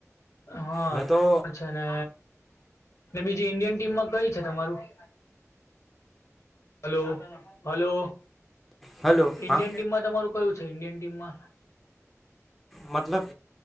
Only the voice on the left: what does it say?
હા
છેને, બીજી ઈન્ડિયન ટીમમાં કઈ છે, તમારુ <inaudible> હલો, હલો
ઈન્ડિયન
ટીમમા, તમારું કયું છે, ઈન્ડિયન ટીમમા